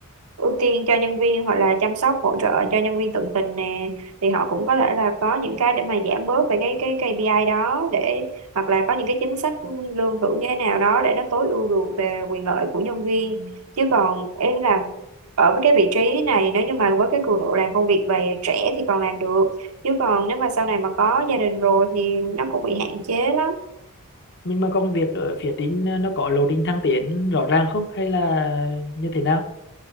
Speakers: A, on the right; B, on the left.
A: ưu tiên cho nhân viên hoặc là chăm sóc hỗ trợ cho nhân viên tận tình nè thì họ cũng có thể là có những cái để mà giảm bớt về cái cái KPI đó để hoặc là có những cái chính sách lương thưởng như thế nào đó để nó tối ưu được về quyền lợi của nhân viên chứ còn em là ở với cái vị trí này nếu như mà với cái cường độ làm công việc về trẻ thì còn làm được chứ còn nếu mà sau này mà có gia đình rồi thì nó cũng bị hạn chế lắm
B: nhưng mà công việc ở phía Trinh nó có lộ trình thăng tiến rõ ràng không hay là như thế nào